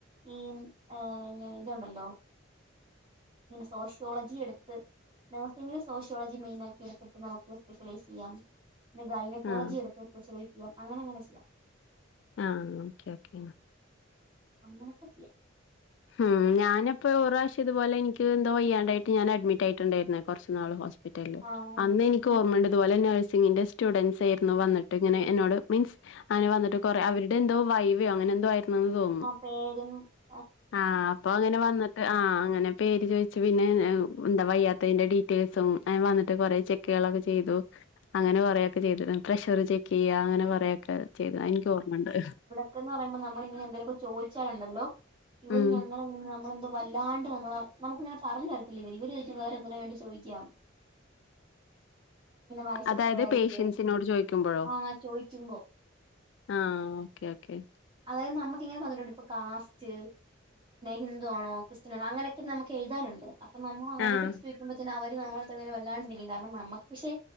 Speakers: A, on the right; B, on the left.
A: ഈ ഏ ഇതുണ്ടല്ലോ സോഷ്യോളജി എടുത്ത് നഴ്സിംഗ് സോഷ്യോളജി മെയിൻ ആക്കി എടുത്തിട്ട് നമുക്ക് സ്പെഷ്യലൈസ് ചെയ്യാം പിന്നെ ഗൈനക്കോളജി
B: ആഹ്
A: എടുത്ത് സ്പെഷലൈസ് ചെയ്യാം അങ്ങനെങ്ങനെ ചെയ്യാം
B: ആ ഓക്കെ ഓക്കെ
A: അങ്ങനെയൊക്കെ ചെയ്യാം
B: ഉം ഞാനപ്പോ ഒരു പ്രാവശ്യം ഇതു പോലെ എനിക്ക് എന്തോ വയ്യാണ്ടായിട്ടു ഞാൻ അഡ്മിറ്റ് ആയിട്ടുണ്ടായിരുന്ന കുറച്ച് നാള് ഹോസ്പിറ്റലിൽ
A: ആഹ്
B: അന്നെനിക്ക്
A: ഇപ്പം
B: ഓർമയിണ്ട് അതുപോലെ നഴ്സിങ്ങിൻ്റെ സ്റ്റുഡൻറ്സ് ആയിരുന്നു വന്നിട്ട് ഇങ്ങനെ എന്നോട് മീൻസ് അങ്ങെനെ വന്നിട്ട് കൊറെ അവരുടെ എന്തോ വൈവയോ അങ്ങനെ എന്തോ ആയിരുന്നന്ന് തോന്നുന്നു
A: പേരെന്നാ
B: ആഹ് അപ്പൊ അങ്ങനെ വന്നിട്ട് ആഹ് അങ്ങനെ പേര് ചോയിച്ച് പിന്നെ എന്താ വയ്യാത്തതിന്റെ ഡീറ്റെയിൽസും എ വന്നിട്ട് കൊറെ ചെക്കുകളൊക്കെ ചെയ്തു അങ്ങനെ പറയൊക്കെ ചെയ്തു പ്രഷർ ചെക്ക് ചെയ്യ അങ്ങനെ പറയൊക്കെ ചെയ്ത എനിക്ക് ഓർമ്മുണ്ട്
A: ന്ന് പറയുമ്പോ നമ്മള ഇങ്ങന എന്തെേലുമൊക്കെ ചോയ്ച്ചാലുണ്ടല്ലോ ഇവർ
B: ഉം
A: ഞങ്ങള നമ്മളെന്തോ വല്ലാണ്ട് നമ്മള നമുക്കിങ്ങനെ പറഞ്ഞു തരത്തില്ല ഇവർ വേറെ എന്തിനോ വേണ്ടി ചോദിക്ക വയസ്സെത്രയായി
B: അതായത് പേഷ്യൻസിനോട് ചോദിക്കുമ്പോഴോ
A: ആഹ് ചോദിക്കുമ്പോ
B: ആഹ് ഓക്കേ ഓക്കെ
A: അതായത് നമുക്ക് ഇങ്ങനെ തന്നിട്ടുണ്ട് ഇപ്പൊ കാസ്റ്റ് ഹിന്ദുവാണോ ക്രിസ് അങ്ങനൊക്കെ നമുക്ക് എഴുതാനുണ്ട് അപ്പൊ നമ്മ അതിനെ
B: ആഹ്
A: പറ്റി അവര് നമ്മളടുങ്ങെ വല്ലാണ്ടിരിക്കും കാരണം നമുക്ക് പക്ഷെ